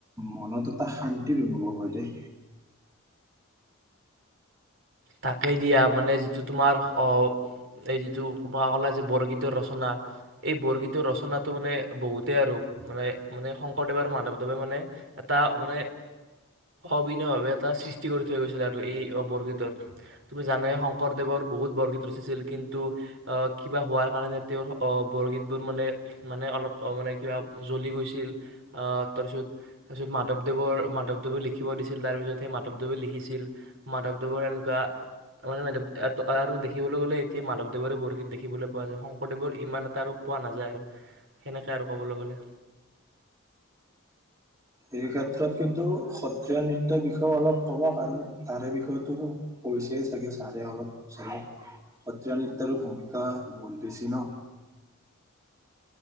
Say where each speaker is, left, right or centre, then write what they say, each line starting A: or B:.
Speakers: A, on the right; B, on the right.
A: মনত এটা শান্তিৰ অনুভৱ হয় দেই।
B: তাকে দিয়া মানে যিটো তোমাৰ অ এই যিটো ক। যে বৰগীতৰ ৰচনা এই বৰগীতৰ ৰচনাটো মানে বহুত তাকে আৰু মানে মানে শংকৰদেৱে আৰু মাধৱদেৱে মানে এটা মানে অবিনভাৱে এটা সৃষ্টি কৰি থৈ গৈছিলে আৰু এই বৰগীতৰ। তুমি জানে শংকৰদেৱৰ বহুত বৰগীত ৰচিছিল কিন্তু আহ কিবা হোৱাৰ কাৰণে তেওঁৰ আহ বৰগীতবোৰ মানে মানে অলপ মানে কিবা জ্বলি গৈছিল আহ তাৰ পিছত তাৰিছত মাধৱদেৱৰ মাধৱদেৱে লিখিব দিছিল তাৰ পিছত সেই মাধৱদেৱে লিখিছিল মাধৱদেৱৰন ৱ আৰু দেখিবলৈ গলে এতিয়া মাধৱদেৱৰে বৰগীত দেখিবলৈ পোৱা যায় শংকৰদেৱৰ ইমান এটা আৰু পোৱা নাযায় আৰু সেনেকে আৰু কবলৈ গলে।
A: এই ক্ষেত্ৰত কিন্তু সত্ৰীয়া নৃত্যৰ বিষয়ে অলপ ক'বা কাৰণ তাৰে বিষয়েতো কৈছে চাগে ছাৰে অলপ চাৰক সত্ৰীয়া নৃত্যৰো ভূমিকা বহুত বেছি ন।